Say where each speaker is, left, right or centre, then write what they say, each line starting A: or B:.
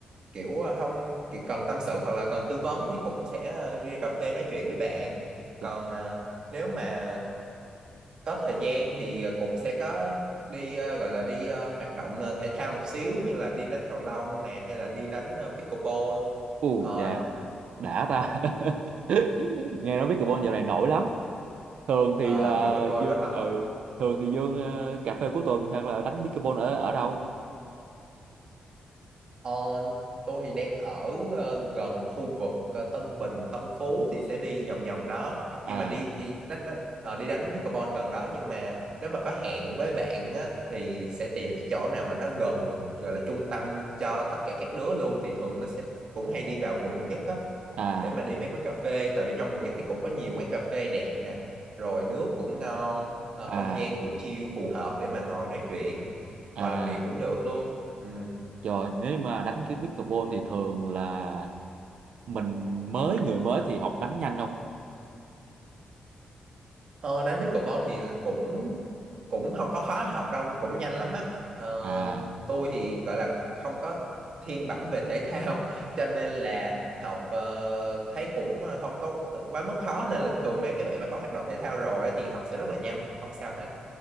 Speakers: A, on the right; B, on the right.
A: kiểu ờ, không kiểu cần tâm sự hoặc là cần tư vấn thì cũng sẽ ờ, đi ra cà phê nói chuyện với bạn
B: trời
A: còn ờ, nếu mà có thời gian thì ờ, cũng sẽ có đi ờ, gọi là đi ờ, hoạt động ờ, thể thao một xíu như là đi đánh cầu lông nè hay là đi đánh ờ, pickleball
B: u
A: ờ
B: chà đã ta <laughs> nghe nói pickleball dạo này nổi lắm thường thì
A: ờ,
B: là
A: pickleball
B: Dương
A: rất là hot
B: ừ thường thì Dương ờ, cà phê cuối tuần hay là đánh pickleball ở ở đâu
A: Ờ, tôi thì đang ở ờ, gần khu vực ờ, Tân Bình Tân Phú thì sẽ đi vòng vòng đó
B: à
A: nhưng mà đi đánh, đánh ờ, đi đánh pickleball gần đó nhưng mà nếu mà có hẹn với bạn á, thì sẽ tìm cái chỗ nào mà nó gần gọi là trung tâm cho tất cả các đứa luôn thì thường nó sẽ cũng hay đi vào quận nhất á
B: à
A: để mà đi mấy quán cà phê tại vì trong quận nhất thì cũng có nhiều quán cà phê đẹp nè rồi nước cũng ngon ờ,
B: à
A: không gian cũng chill phù hợp để mà ngồi nói chuyện
B: à
A: ngồi làm việc cũng được luôn ừ.
B: trời nếu mà đánh cái pickleball thì thường là mình mới người mới thì học đánh nhanh không
A: ờ, đánh pickleball thì cũng cũng không có khó học đâu cũng nhanh lắm á ờ,
B: à
A: tôi thì gọi là không có thiên bẩm về thể thao <laughs> cho nên là học ờ, thấy cũng ờ, không có quá mức khó nên là thường mấy cái bạn mà có hoạt động thể thao rồi á, thì học sẽ rất là nhanh không sao hết